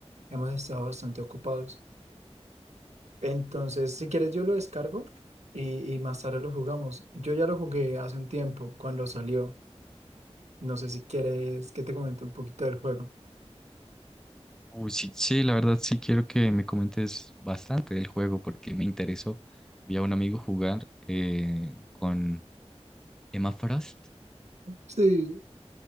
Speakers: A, on the right; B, in the centre.
A: hemos estado bastante ocupados. Entonces, si quieres, yo lo descargo y, y más tarde lo jugamos. Yo ya lo jugué hace un tiempo, cuando salió. No sé si quieres que te comente un poquito del juego.
B: Uy, sí, sí, la verdad sí quiero que me comentes bastante del juego porque me interesó. Vi a un amigo jugar eh, con Emma Frost
A: Sí,